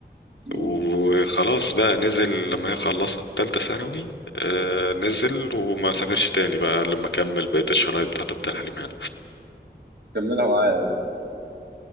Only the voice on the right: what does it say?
مم.
كملها معايا